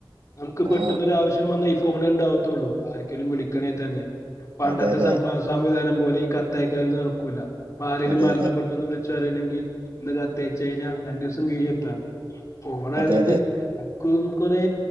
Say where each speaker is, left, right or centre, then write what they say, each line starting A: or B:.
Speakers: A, on the left (about 35°); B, on the right (about 80°).
A: നമുക്ക് പെട്ടന്നൊരു
B: ആ
A: ആവശ്യം വന്നാ ഇ ഫോണെണ്ടാവത്തുള്ളൂ ആർക്കേലും വിളിക്കണേ തന്നെ പണ്ടത്തെ
B: അതെ അതെ
A: സംഭവ സംവിധാനം പോലെ കത്തയിക്കല് നടക്കൂല ഇപ്പാരേലും
B: അതെ
A: മരണപ്പെട്ടൂന്ന്
B: അതെ അതെ
A: വിളിച്ച് പറയണമെങ്കിൽ ഇന്ന് കത്തയച്ച കഴിഞ്ഞാൽ രണ്ടു ദിവസം കഴിയും എത്താൻ ഫോണായതൊണ്ട്
B: അതെ അതെ
A: ക്കൂക് കൊറേ